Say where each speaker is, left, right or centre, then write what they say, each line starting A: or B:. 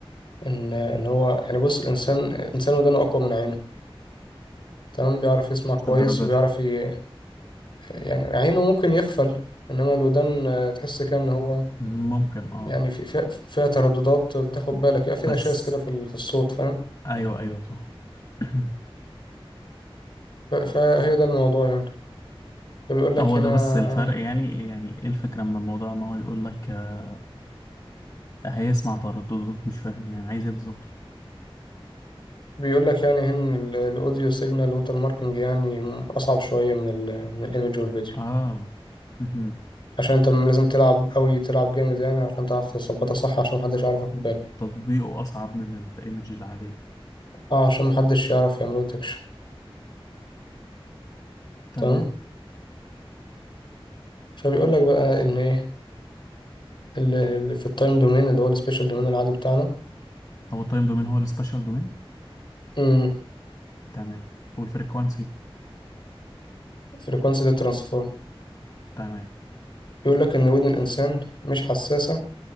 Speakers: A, on the left (about 55°); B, on the left (about 40°).
A: ان ان هو يعني بص الانسان الانسان ودانه اقوى من عينه تمام بيعرف يسمع كويس
B: مش للدرجة
A: وبيعرف
B: دي
A: ي... يعني عينه ممكن يغفل انما الودان آه، تحس كده ان هو
B: ممكن اه
A: يعني في في- فيها ترددات بتاخد
B: مم.
A: بالك يبقى في
B: بس
A: نشاز كده في ال- في الصوت فاهم
B: ايوه ايوه صح <clears throat>
A: ف- فهي ده الموضوع يعني فبيقول لك
B: هو
A: هنا
B: ده بس الفرق يعني يعني ايه الفكرة من الموضوع ان هو يقول لك آه، هيسمع ترددات مش فاهم يعني عايز ايه بالظبط
A: بيقول لك يعني هنا ان ال- الاوديو سيجنال ووتر ماركينج يعني اصعب شويه من ال من الايمج والفيديو
B: اه مهم.
A: عشان انت لازم تلعب قوي تلعب جامد يعني عشان تعرف تظبطها صح عشان محدش يعرف ياخد باله
B: تطبيقه اصعب من الايمج العادية
A: اه عشان محدش يعرف يعمل ديتكشن
B: تمام
A: تمام فبيقول لك بقى ان ايه اللي اللي في التايم دومين اللي هو السبيشال دومين العادي بتاعنا
B: هو التايم دومين هو السبيشال دومين
A: امم
B: تمام والفريكوانسي
A: فريكوانسي ده ترانسفورم
B: تمام
A: بيقول لك ان ودن الانسان مش حساسه